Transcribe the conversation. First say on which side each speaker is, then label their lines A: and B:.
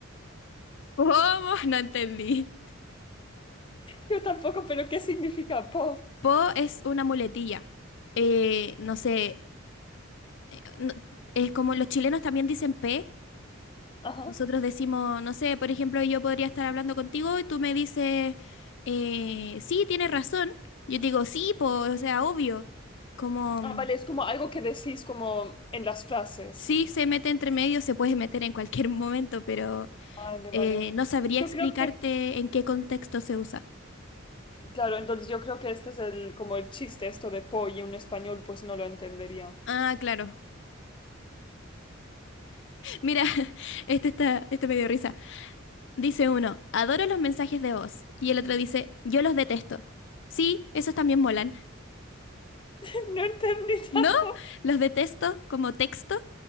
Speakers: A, on the left; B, on the left.
A: ¿Cómo? No entendí.
B: Yo tampoco, pero ¿qué significa po?
A: Po es una muletilla. Eh, no sé. eh, no- es como los chilenos también dicen P.
B: Ajá.
A: Nosotros decimos, no sé, por ejemplo, yo podría estar hablando contigo y tú me dices, eh, sí, tienes razón. Yo te digo, sí, po, o sea, obvio. Como.
B: Ah, vale, es como algo que decís como en las frases.
A: Sí, se mete entre medio, se puede meter en cualquier <laughs> momento, pero
B: Vale,
A: eh,
B: vale.
A: no sabría
B: Yo
A: explicarte
B: creo que,
A: en qué contexto se usa.
B: claro, entonces yo creo que este es el, como el chiste, esto de po, y un español pues no lo entendería.
A: Ah, claro. Mira, <laughs> este está, este me dio risa. Dice uno, adoro los mensajes de voz. Y el otro dice, yo los detesto. Sí, esos también molan.
B: <laughs> No entendí
A: ¿No?
B: tampoco.
A: Los detesto como texto.